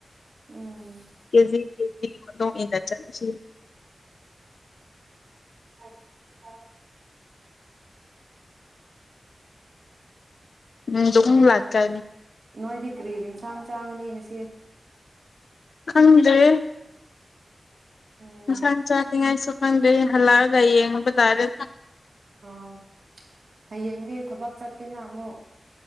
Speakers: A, on the right; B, on the left.
A: ꯎꯝ
B: ꯀꯦꯖꯤ ꯀꯦꯖꯤ ꯃꯗꯨꯣ ꯏ ꯅ ꯆꯁꯤ
A: ꯑ ꯑ
B: ꯎꯝ ꯗ ꯂꯥꯛꯀ
A: ꯅꯣꯏꯗꯤ ꯀꯔꯤ ꯌꯦꯟꯁꯥꯡ ꯆꯥꯡꯉꯅꯤ ꯉꯁꯤ
B: ꯈꯪꯗ꯭ꯔꯦ
A: ꯎꯝ
B: ꯏꯟꯁꯥ ꯆꯥꯅꯤꯡꯉꯥꯏꯁꯨ ꯍꯪꯒ ꯍꯜꯂꯑꯒꯏꯌꯦꯉꯔꯦ
A: ꯑꯣ ꯍꯌꯦꯡꯗꯤ ꯊꯕꯛ ꯆꯠꯀꯦꯅ ꯑꯃꯨꯛ